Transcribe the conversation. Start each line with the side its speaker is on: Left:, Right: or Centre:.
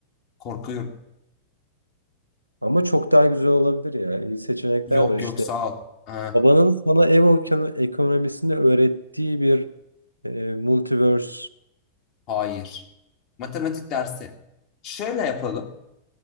Left: Korkuyorum.
Right: ama çok daha güzel olabilir ya. İyi seçenekler
Left: Yok
Right: var işte.
Left: yok sağ ol. Ha,
Right: Babanın sana ev okyan- ekonomisini öğrettiği bir e, multiverse
Left: hayır. Matematik dersi. Şöyle yapalım.